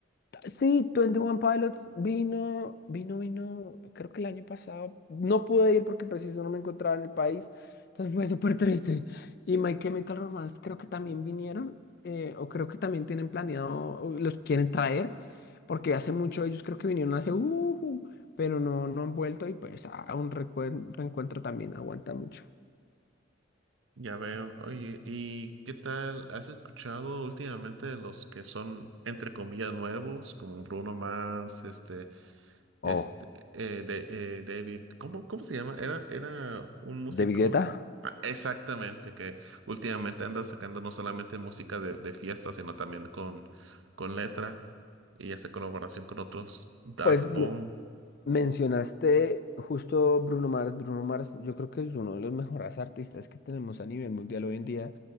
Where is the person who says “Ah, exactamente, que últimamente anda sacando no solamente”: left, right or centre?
Right